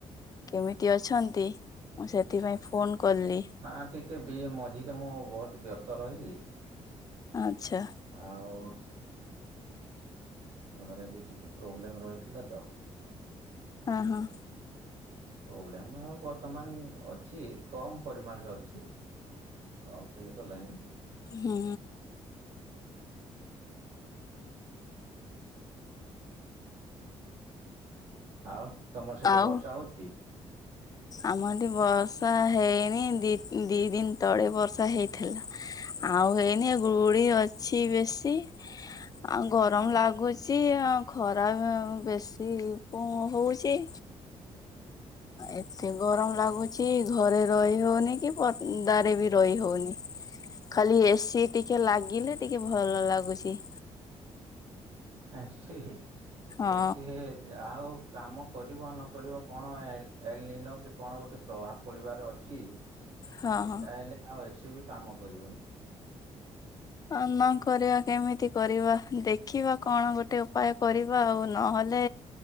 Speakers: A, on the left (about 35°); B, on the right (about 60°).
A: କେମିତି ଅଛନ୍ତି ସେଥିପାଇଁ ଫୋନ କଲି।
B: ନା ଟିକେ ବି ମଝିରେ ମୁଁ ବହୁତ ବ୍ୟସ୍ତ ରହିଲି।
A: ଆଚ୍ଛା।
B: ଆଉ ଘରେ ବି ଟିକେ ପ୍ରୋବ୍ଲେମ ରହିଥିଲା ତ।
A: ହଁ ହଁ।
B: ପ୍ରୋବ୍ଲେମ ଆଉ ବର୍ତ୍ତମାନ ଅଛି କମ ପରିମାଣରେ ଅଛି। ସଲଫ ହେଇ ଗଲାଣି।
A: ହୁଁ।
B: ଆଉ ତମର ସେଠି
A: ଆଉ
B: ବର୍ଷା ହଉଚି?
A: ଆମ ଏଠି ବସା ହେଇନି ଦି ଦି ଦିନ ତଳେ ବର୍ଷା ହେଇଥିଲା। ଆଉ ହେଇନି ଗୁଡି ଅଛି ବେଶୀ ଆଉ
B: ହୁଁ
A: ଗରମ ଲାଗୁଚି ଆ ଖରା ଅ ବେଶୀ ହଉଚି। ଏତେ ଗରମ ଲାଗୁଚି। ଘରେ ରହି ହଉନି କି ପଦାରେ ବି ରହି ହଉନି ଖାଲି ଏସି ଟିକେ ଲାଗିଲେ ଟିକେ ଭଲ ଲାଗୁଚି।
B: ଏସି
A: ହଁ
B: ଏସି ହେ। ଆଉ କାମ କରିବ ନ କରିବ କଣ ଏ ନିନ କି କଣ ଗୋଟେ ପ୍ରଭାବ ପଡିବାର ଅଛି
A: ହଁ
B: ସେଟା
A: ହଁ।
B: ହେେଲେ ଆଉ ଏସି ବି କାମ କରିବନି।
A: ଅ ନ କରିବା କେମିତି କରିବା ଦେଖିବା କଣ ଗୋଟେ ଉପାୟ କରିବା ଆଉ ନହେଲେ